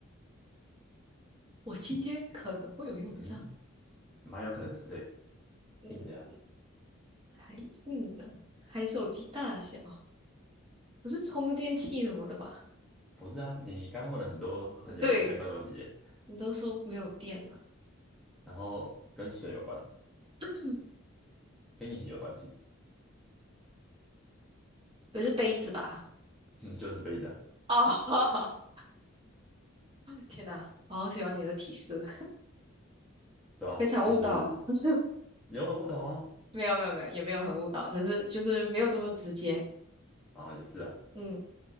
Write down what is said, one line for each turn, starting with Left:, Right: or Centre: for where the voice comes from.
Right: 我今天可能会有用上，
Centre: 嗯，蛮有可能的，对，
Right: 嗯，
Centre: 硬的啊，
Right: 还硬的，还手机大小，不是充电器什么的吧？
Centre: 不是啊，你刚刚问了很多很有相关的问题耶
Right: 对，你都说没有电了，
Centre: 然后跟水有关，
Right: <clears throat>
Centre: 跟液体有关系，
Right: 不是杯子吧？
Centre: <laughs> 嗯，就是杯子啊，
Right: 哦，<laughs> 天哪，我好喜欢你的提示，
Centre: 对啊，
Right: 非常误导。
Centre: 就是
Right: <laughs>
Centre: 有很误导吗？
Right: 没有没有没有，也没有很误导，只是就是没有这么直接。
Centre: 啊，哦也是啊。
Right: 嗯，